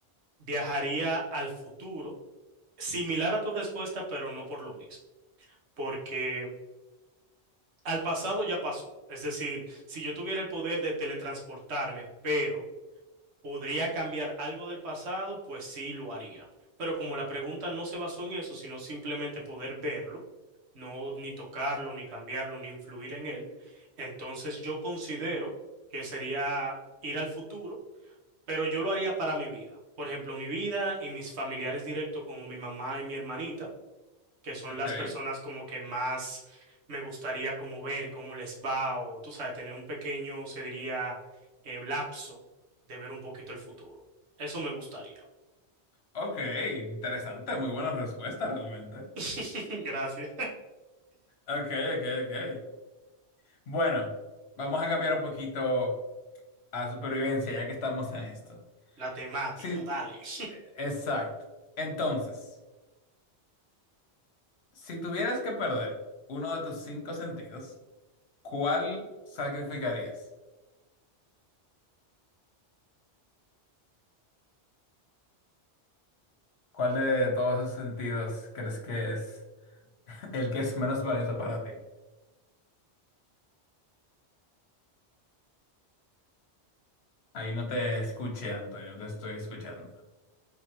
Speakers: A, on the right (about 75°); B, on the left (about 70°).
A: viajaría al futuro, similar a tu respuesta, pero no por lo mismo, porque al pasado ya pasó. Es decir, si yo tuviera el poder de teletransportarme, pero ¿Podría cambiar algo del pasado? Pues sí, lo haría. Pero como la pregunta no se basó en eso, sino simplemente poder verlo, no ni tocarlo, ni cambiarlo, ni influir en él, entonces yo considero que sería ir al futuro, pero yo lo haría para mi vida. Por ejemplo, mi vida y mis familiares directos como mi mamá y mi hermanita que son
B: Ok,
A: las personas como que más me gustaría como ver cómo les va o tú sabes, tener un pequeño, se diría, eh, lapso de ver un poquito el futuro. Eso me gustaría.
B: ok, interesante, muy buena respuesta realmente.
A: <laughs> Gracias.
B: Ok, ok, ok. Bueno, vamos a cambiar un poquito a supervivencia ya que estamos en esto.
A: La temática,
B: Sí,
A: dale. <laughs>
B: e- exacto. Entonces. Si tuvieras que perder uno de tus cinco sentidos, ¿cuál sacrificarías? ¿Cuál de todos esos sentidos crees que es <laughs> el que es menos valioso para ti? Ahí no te escuché, Antonio, no te estoy escuchando.